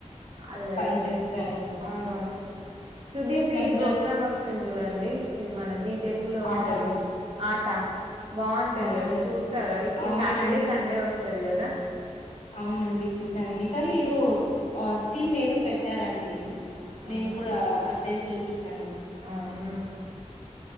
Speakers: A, on the right; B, on the left.
A: అల్లరి
B: పంచెస్ గాని
A: అవునవును సుధీర్ది
B: తన
A: ఈ ప్రోగ్రాం
B: డ్రెస్
A: వస్తుంది చూడండి ఇది మన జీ తెలుగులో వస్తది
B: ఆట
A: ఆట బాగుంటది
B: ఆ అండి
A: కదా చూస్తారా ఈ
B: అవునండి
A: సాటర్డే సండే వస్తది కదా
B: అవునండి చూసానండి ఈసారి ఏదో థీమ్ ఏదో పెట్టారండి
A: అవునవును
B: నేను కూడా అ టైజ్లు చూశాను
A: ఆ మ్